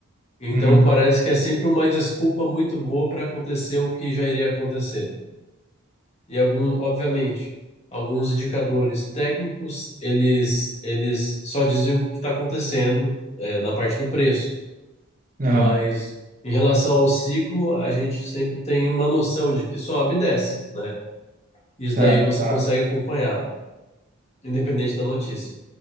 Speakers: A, on the left; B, on the right.
A: Então
B: Uhum.
A: parece que é sempre uma desculpa muito boa para acontecer o que já iria acontecer. E algum, obviamente, alguns indicadores técnicos, eles, eles só dizem o que está acontecendo, é, na parte do preço. Mas
B: Ah,
A: em relação ao ciclo, a gente sempre tem uma noção de que sobe e desce, né? Isso
B: certo.
A: daí você consegue acompanhar, independente da notícia.